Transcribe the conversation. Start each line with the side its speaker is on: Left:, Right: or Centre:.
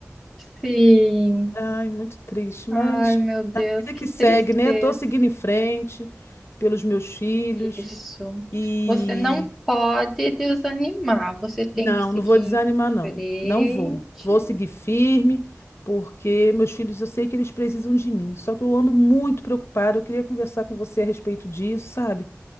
Centre: sim.
Left: Ai, muito triste,
Centre: Ai,
Left: mas
Centre: meu Deus,
Left: a vida
Centre: que
Left: que
Centre: tristeza.
Left: segue, né? Tô seguindo em frente pelos meus filhos
Centre: Isso.
Left: e
Centre: Você não pode desanimar. Você tem
Left: não,
Centre: que seguir
Left: não vou desanimar,
Centre: em
Left: não. Não
Centre: frente.
Left: vou. Vou seguir firme, porque meus filhos, eu sei que eles precisam de mim. Só que eu ando muito preocupada. Eu queria conversar com você a respeito disso, sabe?